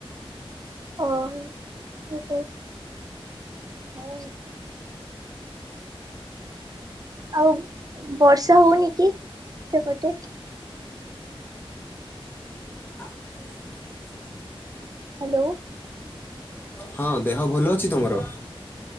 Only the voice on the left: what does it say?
<inaudible>
ହଁ ଦେହ ଭୁଲ ଅଛି ତମର?